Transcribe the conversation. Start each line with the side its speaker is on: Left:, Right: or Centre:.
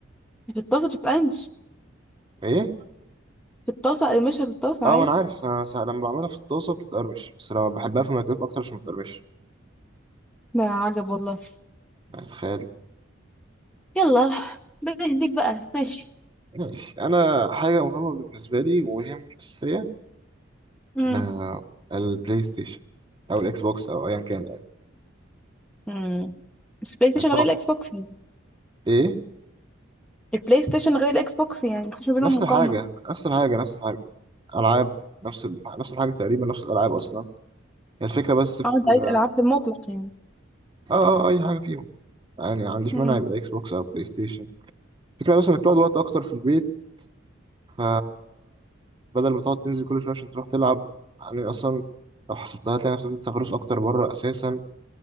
Centre: في الطاسة بتتقرمش
Right: إيه
Centre: في الطاسة اقرمشها في الطاسة
Right: اه
Centre: عادي
Right: ما انا عارف انا ساعة لما بعملها في الطاسه بتتقرمش بس لما بحبها في الميكرويف اكتر عشان ما تتقرمش
Centre: ده عجب والله
Right: يعني تخيل
Centre: يلا بنهديك بقى ماشي
Right: ماشي انا حاجه مهمه بالنسبه لي وهي مش اساسيه
Centre: امم
Right: آه البلاي ستيشن او الاكس بوكس او ايا كان يعني
Centre: امم بس بلاي ستيشن
Right: طب
Centre: غير الاكس بوكس يعني
Right: ايه
Centre: البلاي ستيشن غير الاكس بوكس يعني مفيش ما بينهم
Right: نفس
Centre: مقارنة
Right: الحاجه نفس الحاجه نفس الحاجه العاب نفس ال... نفس الحاجه تقريبا نفس الالعاب اصلا هي الفكره بس في
Centre: اه انت عايز العاب في المطلق يعني
Right: اه اه آه، اي حاجه فيهم يعني ما عنديش
Centre: امم
Right: مانع يبقى اكس بوكس او بلاي ستيشن الفكره بس انك تقعد وقت اكتر في البيت ف بدل ما تقعد تنزل كل شويه عشان تروح تلعب يعني اصلا لو حسبتها هتلاقي نفسك بتسافروش اكتر بره اساسا